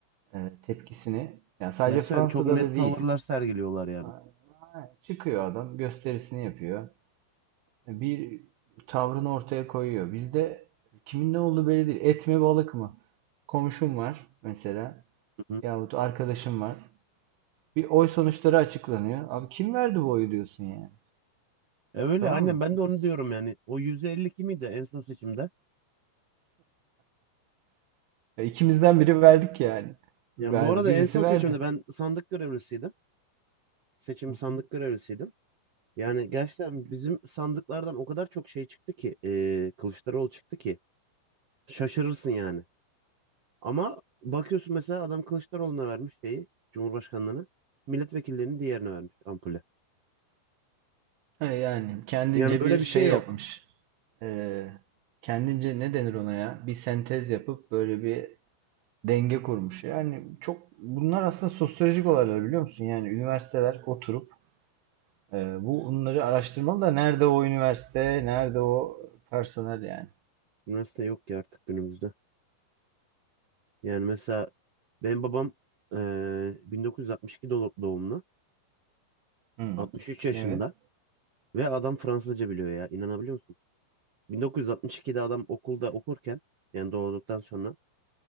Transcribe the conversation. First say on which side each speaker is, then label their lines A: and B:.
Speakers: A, on the right (about 75°); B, on the right (about 50°).
A: e, tepkisini ya sadece
B: Gerçekten
A: Fransa'da
B: çok net
A: da
B: tavırlar
A: değil.
B: sergiliyorlar yani.
A: Ha, Çıkıyor adam, gösterisini yapıyor. bir tavrını ortaya koyuyor. Bizde kimin ne olduğu belli değil. Et mi balık mı? Komşum var mesela
B: Hı hı.
A: yahut arkadaşım var. Bir oy sonuçları açıklanıyor. Abi kim verdi bu oyu diyorsun yani.
B: E öyle
A: Tamam
B: aynen
A: mı?
B: ben de onu
A: S-
B: diyorum yani. O %52 miydi en son seçimde?
A: Ya ikimizden biri verdik yani.
B: Yani
A: Verdi.
B: bu arada
A: Birisi
B: en son seçimde
A: verdi.
B: ben sandık görevlisiydim. Seçim
A: Hı hı.
B: sandık görevlisiydim. Yani gerçekten bizim sandıklardan o kadar çok şey çıktı ki eee Kılıçdaroğlu çıktı ki şaşırırsın yani. Ama bakıyorsun mesela adam Kılıçdaroğlu'na vermiş şeyi Cumhurbaşkanlığını milletvekillerinin diğerine vermiş ampulü.
A: E yani kendince
B: Yani böyle
A: bir
B: bir
A: şey
B: şey yok.
A: yapmış. E, kendince ne denir ona ya? Bir sentez yapıp böyle bir denge kurmuş. Yani çok bunlar aslında sosyolojik olaylar biliyor musun? Yani üniversiteler oturup e, bu bunları araştırmalı da nerede o üniversite, nerede o personel yani.
B: Üniversite yok ki artık günümüzde. Yani mesela benim babam eee 1962 dolu- doğumlu
A: Hmm.
B: 63 yaşında
A: Evet.
B: ve adam Fransızca biliyor ya inanabiliyor musun? 1962'de adam okulda okurken yani doğduktan sonra